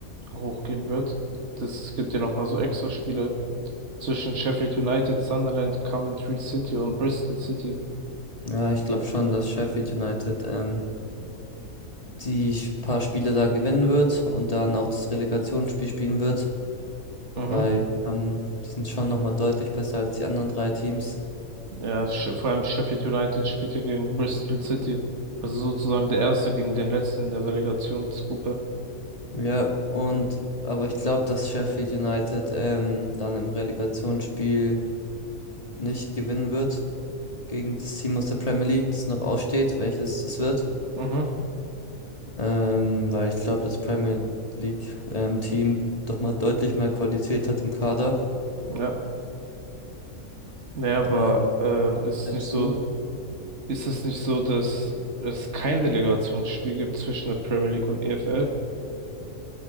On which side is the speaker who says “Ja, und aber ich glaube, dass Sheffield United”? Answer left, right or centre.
Left